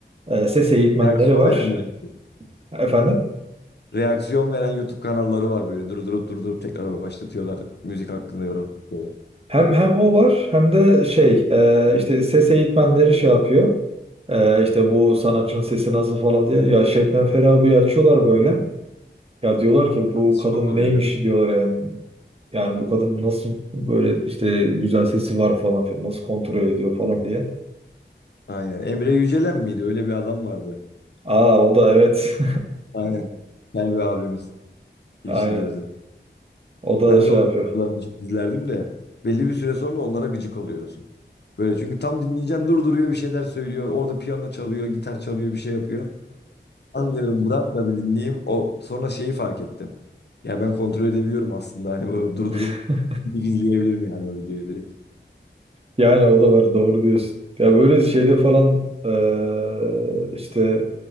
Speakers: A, on the right; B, on the left.
A: e, ses eğitmenleri
B: Reaksiyon
A: var.
B: verenlerim.
A: Efendim?
B: Reaksiyon veren YouTube kanalları var böyle durdurup durdurup tekrar başlatıyorlar. Müzik hakkında yorum yapıyorlar.
A: Hem hem o var hem de şey e, işte ses eğitmenleri şey yapıyor. E, işte bu sanatçının sesi nasıl falan diye ya Şebnem Ferah'ı bir açıyorlar böyle. Ya diyorlar ki bu
B: Şok
A: kadın
B: oluyor
A: neymiş
B: değil mi?
A: diyorlar yani. Yani bu kadın nasıl böyle işte güzel sesi var falan filan nasıl kontrol ediyor falan diye.
B: Aynen. Emre Yücelen miydi? Öyle bir adam vardı.
A: Aa o da evet.
B: Aynen. Selvi abimiz.
A: <laughs>
B: Yeşil
A: Aynen.
B: gözlü.
A: O da
B: Ben
A: şey
B: de onun
A: yapıyor.
B: videolarını çok izlerdim de belli bir süre sonra onlara gıcık oluyorsun. Böyle çünkü tam dinleyeceğim durduruyor bir şeyler söylüyor. Orada piyano çalıyor, gitar çalıyor, bir şey yapıyor. Anlıyorum bırak da bir dinleyeyim. O sonra şeyi fark ettim. Ya ben kontrol edebiliyorum aslında. Hani bunu durdurup
A: <laughs>
B: izleyebilirim yani o videoyu direkt.
A: Yani o da var doğru diyorsun. Ya böyle şeyde falan eee, işte